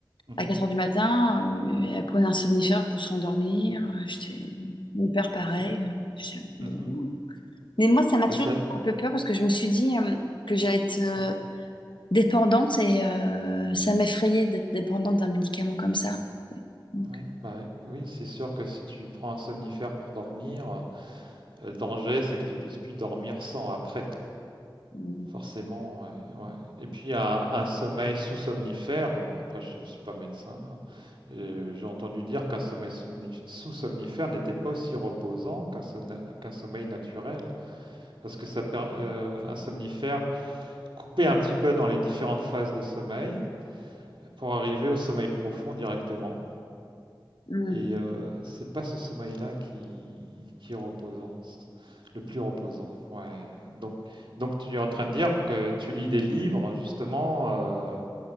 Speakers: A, on the right (about 85°); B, on the left (about 70°).
A: Mhm.
B: à 4 heures du matin. euh, elle prenait un somnifère pour se rendormir. euh, J'étais... Mon père, pareil.
A: C'est. p-
B: euh, j'étais, bon.
A: Mhm.
B: Mais moi, ça m'a
A: Bah
B: toujours
A: ça.
B: fait un peu peur parce que je me suis dit euh, que j'allais être euh,
A: ah,
B: dépendante et euh, ça m'effrayait d'être dépendante d'un médicament comme ça. Donc,
A: ouais, bah oui, c'est sûr que si tu prends un somnifère pour dormir, euh, Le danger, c'est que tu puisses plus dormir sans après,
B: euh,
A: forcément. ouais, ouais. Et puis un, un sommeil sous-somnifère, bon, après je ne suis pas médecin, hein. Euh, J'ai entendu dire qu'un sommeil somnif- sous-somnifère n'était pas aussi reposant qu'un sonne- qu'un sommeil naturel, parce que ça, per- euh, un somnifère coupait un petit peu dans les différentes phases de sommeil pour arriver au sommeil profond directement.
B: mm.
A: Et euh, c'est pas ce sommeil-là qui, qui est reposant, le plus reposant. Ouais. Donc, donc tu es en train de dire que tu lis des livres justement euh,